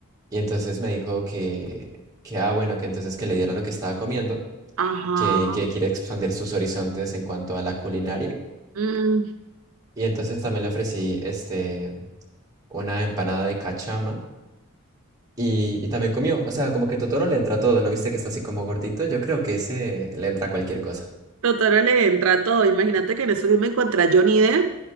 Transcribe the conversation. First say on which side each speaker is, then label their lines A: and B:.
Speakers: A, on the right; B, on the right.
A: Y entonces me dijo que, que, ah, bueno, que entonces que le diera lo que estaba comiendo.
B: Ajá.
A: que, que quiere expandir sus horizontes en cuanto a la culinaria.
B: Mm.
A: Y entonces también le ofrecí este, una empanada de cachama y, y también comió. O sea, como que Totoro le entra todo, ¿no viste que está así como gordito? Yo creo que ese le entra cualquier cosa.
B: Totoro le entra a todo. Imagínate que en esos días me encontré a Johnny Depp